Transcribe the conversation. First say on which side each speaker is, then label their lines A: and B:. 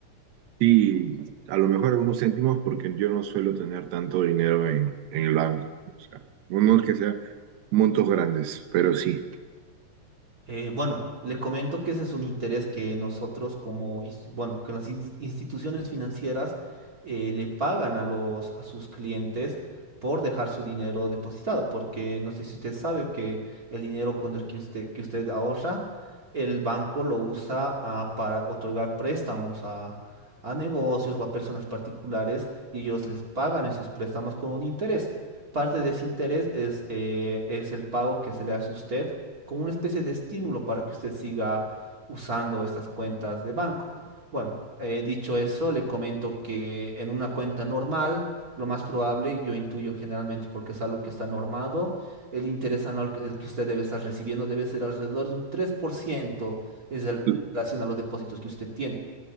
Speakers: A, on the right; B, on the right.
A: Sí, a lo mejor unos céntimos porque yo no suelo tener tanto dinero en, en el banco. O sea, no no es que sea montos grandes, pero sí.
B: Eh, bueno, le comento que ese es un interés que nosotros como, insti- bueno, que las insti- instituciones financieras eh, le pagan a los, a sus clientes por dejar su dinero depositado, porque no sé si usted sabe que el dinero con el que usted, que usted ahorra, el banco lo usa ah, para otorgar préstamos a, a negocios o a personas particulares y ellos les pagan esos préstamos con un interés. Parte de ese interés es, eh, es el pago que se le hace a usted como una especie de estímulo para que usted siga usando estas cuentas de banco. Bueno, eh, dicho eso, le comento que en una cuenta normal, lo más probable, yo intuyo generalmente porque es algo que está normado, el interés anual que el que usted debe estar recibiendo debe ser alrededor de un 3% en
A: Cl-
B: relación a los depósitos que usted tiene.